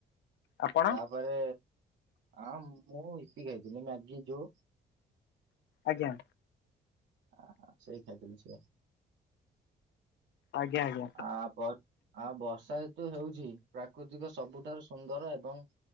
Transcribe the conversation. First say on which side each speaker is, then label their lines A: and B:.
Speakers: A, on the left (about 75°); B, on the right (about 85°).
A: ଆପଣ
B: ତାପରେ ହଁ ମୁଁ ଇପି ଖାଇଥିଲି ମ୍ୟାଗି ଯୋଉ
A: ଆଜ୍ଞା।
B: ହ ସେଇ <unintelligible>
A: ଆଜ୍ଞା ଆଜ୍ଞା।
B: ଆ ବ ଆ ବର୍ଷା ହେତୁ ହେଉଛି ପ୍ରାକୃତିକ ସବୁଠାରୁ ସୁନ୍ଦର ଏବଂ